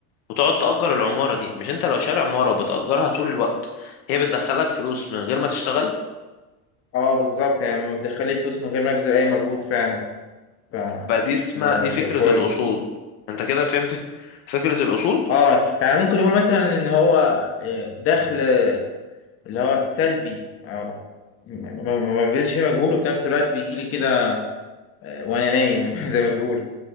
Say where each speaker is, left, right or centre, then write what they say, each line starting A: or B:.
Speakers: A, on the left (about 55°); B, on the left (about 30°).
A: وتقعد تأجر العمارة دي مش انت لو شاري عمارة وبتأجرها طول الوقت هي بتدخلك فلوس من غير ما تشتغل
B: اه بالظبط يعني ما بتدخلي فلوس من غير ما ابذل اي مجهود فعلا ف
A: فدي اسمها
B: ده ده
A: دي
B: شيء
A: فكرة
B: كويس
A: الأصول انت كده فهمت فكرة الأصول
B: اه يعني ممكن يقول مثلا ان هو آه، دخل اللي هو سلبي او ما ما- ما ببذلش فيه مجهود وفي نفس الوقت بيجي لي كده آه، وانا نايم <laughs> زي ما بيقولوا